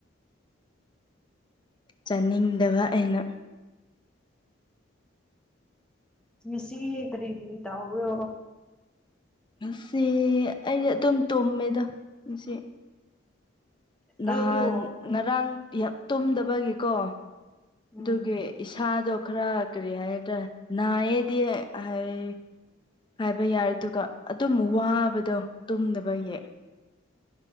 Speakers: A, on the left (about 25°); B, in the centre.
A: ꯆꯥꯅꯤꯡꯗꯕ ꯑꯩꯅ
B: ꯉꯁꯤ ꯀꯔꯤ ꯀꯔꯤ ꯇꯧꯍꯧꯕ꯭ꯔꯣ
A: ꯉꯁꯤ ꯑꯩꯗꯤ ꯑꯗꯨꯝ ꯇꯨꯝꯃꯦꯗ ꯉꯁꯤ ꯅꯍꯥꯟ
B: ꯑꯩꯗꯣ
A: ꯉꯔꯥꯡ ꯌꯥꯝ ꯇꯨꯝꯗꯕꯒꯤꯀꯣ
B: ꯎꯝ
A: ꯑꯗꯨꯒꯤ ꯏꯁꯥꯗꯣ ꯈꯔ ꯀꯔꯤ ꯍꯥꯏ ꯇ ꯅꯥꯌꯦꯗꯤ ꯍꯥꯏ ꯍꯥꯏꯕ ꯌꯥꯏ ꯑꯗꯨꯒ ꯑꯗꯨꯝ ꯋꯥꯕꯗꯣ ꯇꯨꯝꯗꯕꯒꯤ <inaudible>